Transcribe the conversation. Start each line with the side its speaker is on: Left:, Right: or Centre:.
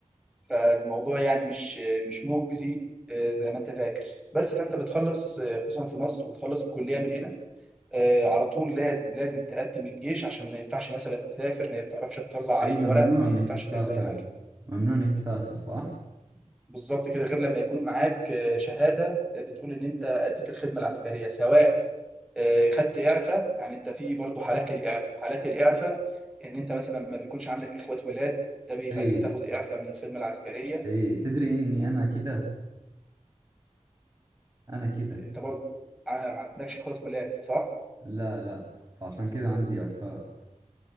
Centre: فالموضوع يعني مش مش مجزي آه، زي ما انت فاكر بس فانت بتخلص آه، خصوصا في مصر بتخلص الكليه من هنا آه، على طول لازم لازم تقدم الجيش عشان ما ينفعش مثلا تسافر ما تعرفش تطلع
Right: اي
Centre: اي
Right: ممنوع
Centre: ورق ما
Right: انك
Centre: ينفعش
Right: تسافر
Centre: تعمل اي حاجه
Right: ممنوع انك تسافر صح
Centre: بالظبط كده غير لما يكون معاك آه، شهاده آه، بتقول ان انت اديت الخدمه العسكريه سواء آه، خدت اعفاء يعني انت في برضه حالات الاعفاء حالات الاعفاء ان انت مثلا ما بيكونش عندك اخوات ولاد ده بيخليك
Right: اي
Centre: تاخد اعفاء من الخدمه العسكريه
Right: اي تدري اني انا كذا انا كذا
Centre: انت برضه ع- ما عندكش اخوات ولاد صح؟
Right: لا لا فعشان كذا عندي اعفاء